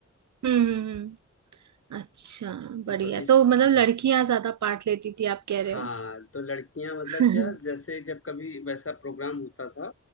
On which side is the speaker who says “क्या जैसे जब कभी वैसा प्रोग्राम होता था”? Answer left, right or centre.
Left